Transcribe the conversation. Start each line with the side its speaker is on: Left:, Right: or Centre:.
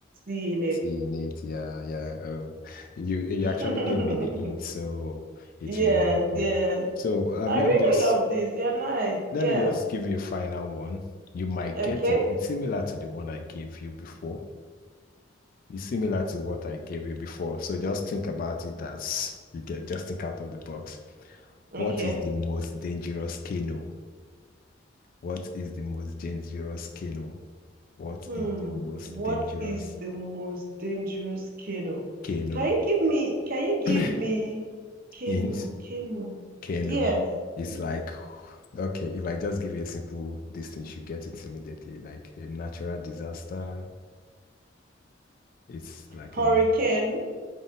Right: tea in
Left: Seeing it, yeah, yeah. Oh, you you actually
Right: it.
Left: gave me the
Right: <laughs>
Left: hint, so it
Right: Yes,
Left: really helped me.
Right: yes.
Left: So um,
Right: I
Left: let
Right: really
Left: me just
Right: love this. You're nice.
Left: let
Right: Yeah.
Left: me just give you a final one. You might
Right: Okay.
Left: get it. It's similar to the one I gave you before. It's similar to what I gave you before. So just think about it as you get. Just think out of the box.
Right: Okay.
Left: What is the most dangerous canoe? What is the most dangerous canoe? What
Right: Hmm.
Left: is the most
Right: What
Left: dangerous
Right: is the most dangerous canoe?
Left: canoe?
Right: Can you give me, can you give
Left: <clears throat>
Right: me canoe,
Left: Hint.
Right: canoe?
Left: Okay,
Right: Yes,
Left: no. It's
Right: please.
Left: like, <sighs> okay, if I just give you a simple this thing, you should get it immediately. Like a natural disaster, it's like
Right: Hurricane,
Left: a nat-